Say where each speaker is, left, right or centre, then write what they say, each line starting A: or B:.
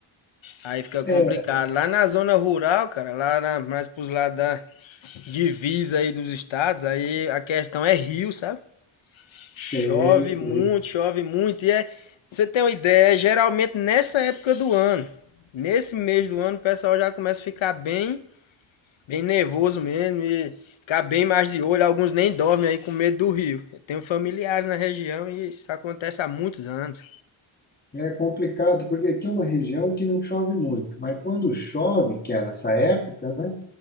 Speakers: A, on the left (about 70°); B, on the left (about 20°).
A: Aí fica
B: É,
A: complicado. Lá na zona rural, cara, lá na, mais pros lados da, divisa aí dos estados, aí a questão é rio, sabe?
B: sei,
A: Chove muito,
B: sei.
A: chove muito. E é, você tem uma ideia, é geralmente nessa época do ano, nesse mês do ano, o pessoal já começa a ficar bem, bem nervoso mesmo e ficar bem mais de olho. Alguns nem dormem aí com medo do rio. Eu tenho familiares na região e isso acontece há muitos anos.
B: É complicado, porque aqui é uma região que não chove muito, mas quando chove, que é nessa época, né?